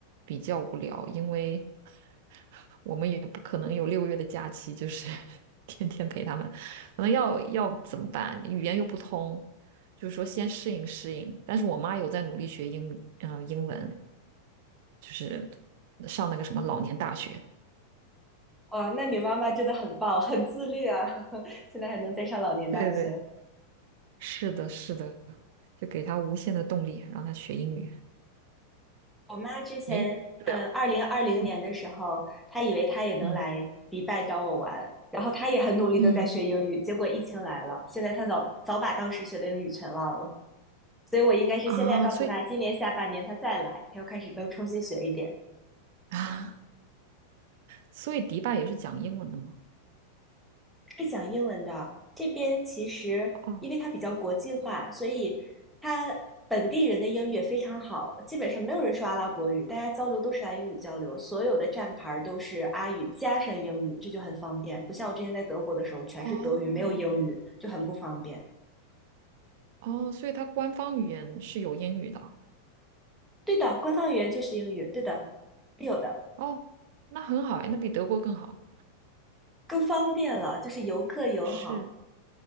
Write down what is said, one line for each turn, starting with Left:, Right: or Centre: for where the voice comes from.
Right: 比较无聊，因为 <laughs> 我们也不可能有六个月的假期，就是 <laughs> 天天陪他们，可能要要怎么办？语言又不通，就是说先适应适应。但是我妈有在努力学英语，呃，英文，就是上那个什么老年大学。
Centre: 哇，那你妈妈真的很棒，很自律啊，<laughs> 现在还能再上老年大学。
Right: 对对对，是的，是的。就给他无限的动力，让他学英语。
Centre: 我妈之前，
Right: 诶，对啊，
Centre: 嗯，二零二零年的时候，
Right: 嗯
Centre: 她以为她也能来迪拜找我玩，
Right: 嗯
Centre: 然后她也很努力的在学英语，
Right: 嗯
Centre: 结果疫情来了，现在她早早把当时学的英语全忘了，所以我应该是现在告诉她，
Right: 啊，所以
Centre: 今年下半年她再来，她又开始能重新学一点。
Right: 啊，所以迪拜也是讲英文的吗？
Centre: 是讲英文的。这边其实因为它比较国际化，
Right: 哦
Centre: 所以它本地人的英语也非常好，基本上没有人说阿拉伯语，大家交流都是拿英语交流，所有的站牌儿都是阿语加上英语，这就很方便。不像我之前在德国的时候，全是德语，
Right: 哦
Centre: 没有英语，就很不方便。
Right: 哦，所以它官方语言是有英语的。
Centre: 对的，官方语言就是英语，对的，是有的，
Right: 哦，那很好哎，那比德国更好。
Centre: 更方便了，就是游客友好。
Right: 是